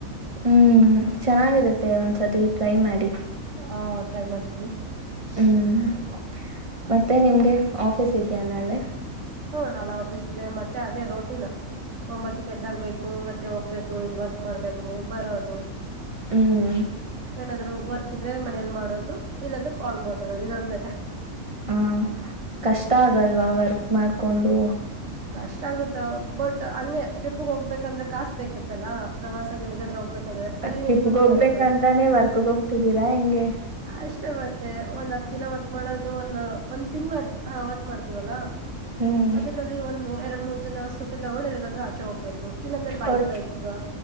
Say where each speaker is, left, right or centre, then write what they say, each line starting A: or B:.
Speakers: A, on the right; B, on the right.
A: ಹ್ಮ್ ಚೆನ್ನಾಗಿರುತ್ತೆ ಒಂದ್ಸತಿ ಟ್ರೈ ಮಾಡಿ
B: ಹಾ ಟ್ರೈ ಮಾಡ್ತೀನಿ
A: ಹ್ಮ್ ಮತ್ತೆ ನಿಮ್ಗೆ ಆಫೀಸ್ ಇದೆಯ ನಲ್ಲೆ
B: ಹ್ಮ ನಾಳೇ ಆಫೀಸ್ ಇದೆ ಮತ್ತೆ ಅದೇ ರೋಟೀನ್ ಒಂಬತ್ತಕ್ಕೆ ಎದ್ದಾಗಬೇಕು ಮತ್ತೆ ಹೋಗ್ಬೇಕು ವರ್ಕ್ ಮಾಡ್ಬೇಕು ಬರೋದು
A: ಹ್ಮ್
B: ಏನಾದ್ೂ ವರ್ಕ್ ಇದೆ ೆಲ್ ಮಾಡೋದು ಇಲ್ಲೊಂದು ಕಾಲ್ ಮಾತಾಡೋದು ಇದೊಂದ
A: ಹ ಕಷ್ಟ ಆಗಲ್ವಾ ವರ್ಕ್ ಮಾಡ್ ಕೊಂಡು
B: ಕಷ್ಟ ಆಗುತ್ತ ಬಟ್ ಹಂಗೆ ಟ್ರಿಪ್ಗೆ ಹೋಗ್ಬೇಕಂದ್ರೆ ಕಾಸ ಬೇಕಿತ್ತಲ್ಲಾ ಪ್ರವಾಸ ಎಳಗಾದ್ರ ಹೋಗ್ಬೇಕ ಅಲ್ಲಿ
A: ಟ್ರಿಪ್ಗೆ ಹೋಗ್ಬೇಕಂತಾನೆ
B: ಬರದು
A: ವರ್ಕ್ಗೆ ಹೋಗ್ತಿದ್ದೀರಾ ಹೆಂಗೆ
B: ಅಷ್ಟೇ ಮತ್ತೆ ಒಂದ್ ಹತ್ತು ದಿನ ವಕ್ ಮಾಡೋದು ಒಂದು ಒಂದ್ ತಿಂಗ್ಳ ಹ ಮಾಡ್ತೀವಲ್ಲಾ
A: ಹ್ಮ್
B: ಅದ್ರಲ್ಲಿ ಒಂದು ಎರಡು ಮೂರ್ ದಿನ ಸುಟ್ಟಿ ತಗೊಂಡು ಎಲ್ಲಿಗಾದ್ರ ಆಚೆೋಹೋಗ್ಬೇಕು ಇಲ್ಲಂದ ಬೈಕ
A: ಕೊಡ್
B: ರ ಆಯ್ತು ಹ